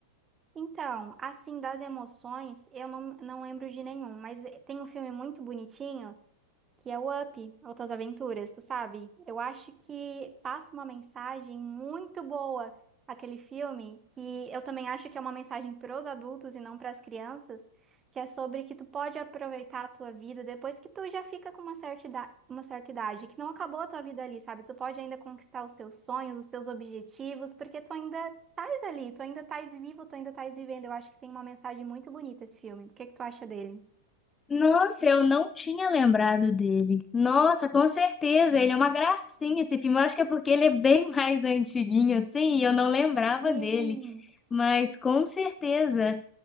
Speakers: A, on the right; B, on the left.
A: Então, assim, das emoções, eu não, não lembro de nenhum, mas tem um filme muito bonitinho que é o Up, Outras Aventuras, tu sabe? Eu acho que passa uma mensagem muito boa aquele filme, que eu também acho que é uma mensagem para os adultos e não para as crianças, que é sobre que tu pode aproveitar a tua vida depois que tu já fica com uma certa idade, uma certa idade, que não acabou a tua vida ali, sabe? Tu pode ainda conquistar os teus sonhos, os teus objetivos, porque tu ainda estás ali, tu ainda estás vivo, tu ainda estás vivendo. Eu acho que tem uma mensagem muito bonita esse filme. O que que tu acha dele?
B: Nossa, eu não tinha lembrado dele. Nossa, com certeza, ele é uma gracinha esse filme. Eu acho que é porque ele é bem <laughs> mais antiguinho assim, e eu não lembrava
A: Sim.
B: dele. Mas com certeza.